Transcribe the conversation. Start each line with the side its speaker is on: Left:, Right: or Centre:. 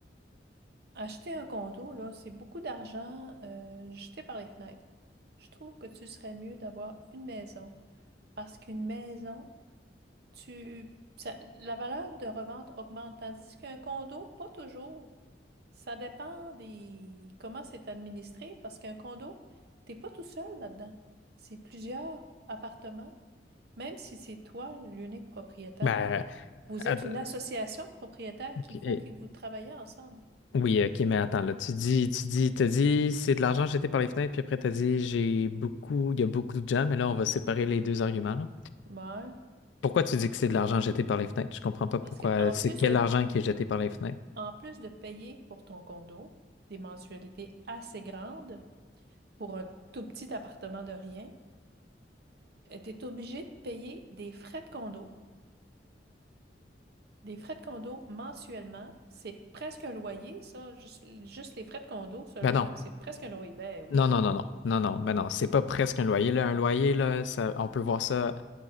Right: acheter un condo, là, c'est beaucoup d'argent euh, jeté par les fenêtres. Je trouve que tu serais mieux d'avoir une maison. Parce qu'une maison, tu ça- la valeur de revente augmente, tandis qu'un condo, pas toujours. Ça dépend des comment c'est administré, parce qu'un condo, t'es pas tout seul là-dedans. C'est plusieurs appartements. Même si c'est toi l'unique propriétaire,
Left: Ben,
Right: vous
Left: att-
Right: êtes une association de propriétaires
Left: ok,
Right: qu'il faut
Left: eh,
Right: que vous travaillez ensemble.
Left: oui, ok, mais attends, là, tu dis, tu dis, t'as dit, c'est de l'argent jeté par les fenêtres, puis après, t'as dit, j'ai beaucoup, il y a beaucoup de gens, mais là, on va séparer les deux arguments, là.
Right: Ouais.
Left: Pourquoi tu dis que c'est de l'argent jeté par les fenêtres? Je comprends pas pourquoi.
Right: Parce qu'en
Left: C'est
Right: plus
Left: quel
Right: de,
Left: argent qui est jeté par les fenêtres?
Right: en plus de payer pour ton condo, des mensualités assez grandes pour un tout petit appartement de rien, tu es obligé de payer des frais de condo. Des frais de condo mensuellement, c'est presque un loyer, ça. Juste, juste les frais de condo seulement,
Left: Ben non.
Right: là, c'est presque un loyer. Ben oui.
Left: Non, non, non, non. Non, non, ben non. C'est pas presque un loyer, là. Un loyer, là, ça, on peut voir ça.